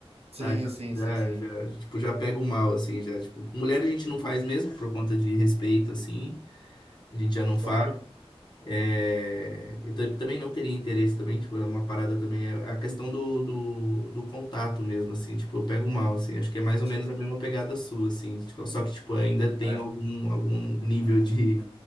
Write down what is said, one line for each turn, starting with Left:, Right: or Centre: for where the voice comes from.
Right: sim,
Left: ah,
Right: sim,
Left: já,
Right: sim, sim.
Left: já, já, tipo, já pego mal, assim, já, tipo, com mulher a gente não faz mesmo por conta de respeito, assim, a gente já não faz.
Right: Claro,
Left: É, eu tam- também não teria interesse também, tipo, é uma parada também, é a questão do, do, do contato mesmo, assim, tipo, eu pego mal, assim, acho que é mais ou
Right: sim.
Left: menos a mesma pegada sua, assim, tipo, só que, tipo, ainda tenho
Right: É,
Left: algum, algum nível de,